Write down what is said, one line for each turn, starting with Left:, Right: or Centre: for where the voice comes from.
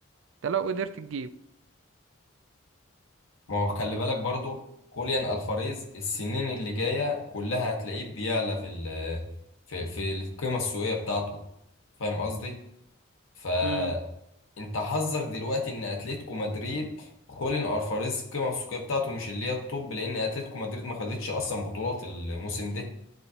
Right: ده لو قدرت تجيب
Left: ما هو خلي بالك برضو خوليان الفاريز السنين اللي جايه كلها هتلاقيه بيعلى في ال في في القيمه السوقيه بتاعته فاهم قصدي فانت
Right: امم
Left: حظك دلوقتي ان اتلتيكو مدريد خوليان الفاريز القيمه السوقيه بتاعته مش اللي هي الطب لان اتلتيكو مدريد ما خدتش اصلا بطولات الموسم ده